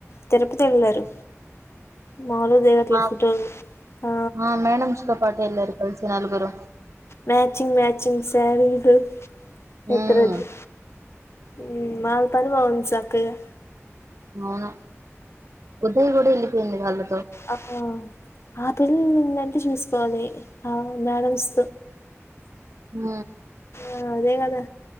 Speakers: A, on the left; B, on the right.
A: తిరుపతి వెళ్లారు మామూలుగా దిగట్లేదు
B: మా
A: ఫోటోలు ఆ
B: మా మేడమ్స్ తో పాటు వెళ్ళారు కలిసి నలుగురు
A: మ్యాచింగ్ మ్యాచింగ్ శారీలు ఇదరుదు
B: ఉమ్
A: ఉ వాళ్ళ పనే బాగుంది చక్కగా
B: అవునా ఉదయ్ కూడా ఎల్లిపోయింది వాళ్ళు
A: ఆహా ఆ పిల్లంటు చూసు కొని ఆ మేడమ్స్
B: ఉ
A: ఆ అదే కదా